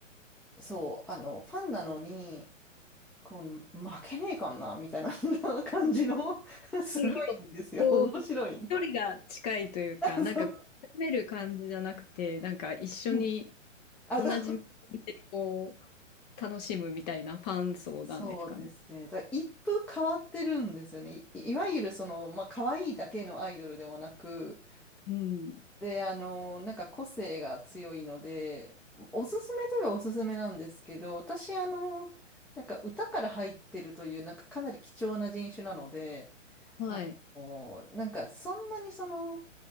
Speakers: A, in the centre; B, on the left.
A: う、そう、あの、ファンなのに、こう、負けねえかんな、みたいな <laughs> 感じの <laughs> すごいんですよ。
B: なんか結構、こう、
A: 面白い。
B: 距離が近いというか、
A: あそう
B: なんか、こうめる感じじゃなくて、なんか一緒に
A: うんあの、
B: 同じ目でこう、楽しむみたいなファン層なんですかね。
A: そうですね。だ一風変わってるんですよね。い、いわゆるその、まあ、可愛いだけのアイドルでもなく、
B: うん。
A: で、あの、なんか個性が強いので、おすすめといえばおすすめなんですけど、私、あの、なんか歌から入ってるという、なんかかなり貴重な人種なので、
B: はい。
A: あの、なんかそんなにその、